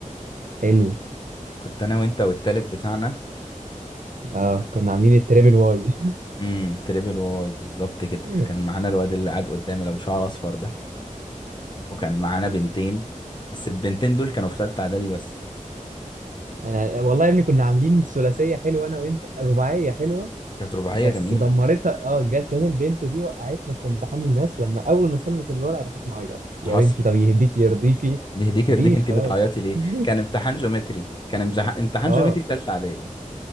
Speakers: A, on the right (about 70°); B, on the left (about 35°).
A: حلو
B: كنت انا وانت والتالت بتاعنا
A: اه كنا عاملين التريبل واي
B: امم تريبل واي بالظبط كده
A: <laughs>
B: كان معانا الواد اللي قاعد قدامي اللي ابو شعر اصفر ده وكان معانا بنتين بس البنتين دول كانوا في ثالثه اعدادي بس
A: أنا والله يا ابني كنا عاملين ثلاثية حلوة أنا وأنت رباعية حلوة
B: كانت رباعيه
A: بس
B: جميله
A: دمرتها اه جت كانت البنت دي وقعتنا في امتحان الماس لما أول ما سلمت الورقة راحت معيطة يا
B: حصل
A: بنتي طب يهديكي يرضيكي
B: يهديك يرضيك
A: مفيش
B: انت
A: خلاص
B: بتعيطي ليه
A: <laughs>
B: كان امتحان جيومتري كان امزح- امتحان
A: اه
B: جيومتري ثالثه اعدادي